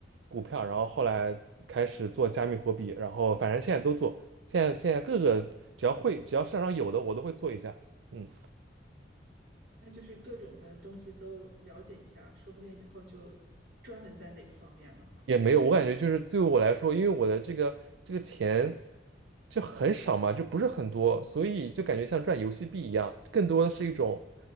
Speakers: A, on the right; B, on the right.
A: 股票，然后后来开始做加密货币，然后反正现在都做，现在现在各个只要会只要市场上有的我都会做一下，嗯。
B: 那就是各种的东西都了解一下，说不定以后就专门在哪个方面了。
A: 也没有，我感觉就是对我来说，因为我的这个这个钱就很少嘛，就不是很多，所以就感觉像赚游戏币一样，更多的是一种